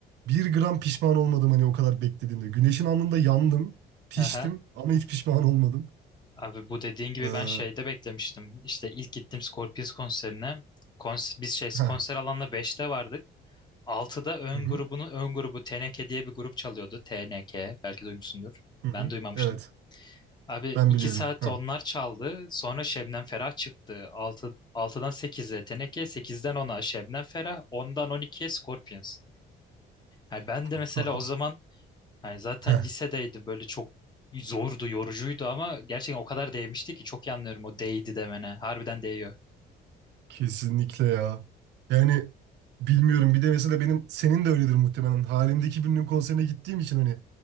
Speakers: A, on the right (about 75°); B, on the left (about 25°).
A: Bir gram pişman olmadım hani o kadar beklediğimde. Güneşin alnında yandım, piştim
B: Aha.
A: ama hiç pişman olmadım.
B: Abi bu dediğin gibi
A: Ee,
B: ben şeyde beklemiştim. İşte ilk gittim Scorpions konserine. Kons biz şey
A: heh,
B: konser alanına beşte vardık. Altıda ön
A: hı hı,
B: grubunu ön grubu TNK diye bir grup çalıyordu. TNK belki duymuşsundur.
A: hı hı.
B: Ben duymamıştım.
A: Evet,
B: Abi
A: ben
B: 2
A: biliyorum.
B: saat
A: Heh.
B: onlar çaldı. Sonra Şebnem Ferah çıktı. 6 6'dan 8'e TNK, sekizden ona Şebnem Ferah, 10'dan 12'ye Scorpions. Yani ben de
A: <laughs>
B: mesela o zaman hani zaten
A: Heh,
B: lisedeydim böyle çok zordu, yorucuydu ama gerçekten o kadar değmişti ki çok iyi anlıyorum o değdi demene. Harbiden değiyor.
A: kesinlikle ya. Yani bilmiyorum bir de mesela benim senin de öyledir muhtemelen. Halimdeki birinin konserine gittiğim için hani